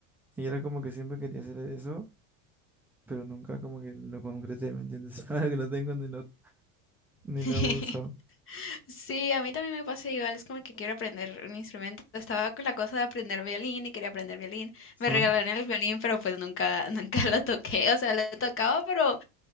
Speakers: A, in the centre; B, on the left.
A: Y era como que siempre quería hacer eso, pero nunca como que lo concreté, ¿me entiendes? <laughs> Ahora que lo tengo ni lo, ni
B: <laughs>
A: lo uso.
B: Sí, a mí también me pasa igual, es como que quiero aprender un instrumento. Estaba con la cosa de aprender violín y quería aprender violín. Me
A: ¿Ah?
B: regalaron el violín, pero pues nunca, <laughs> nunca lo toqué. O sea, lo tocaba, pero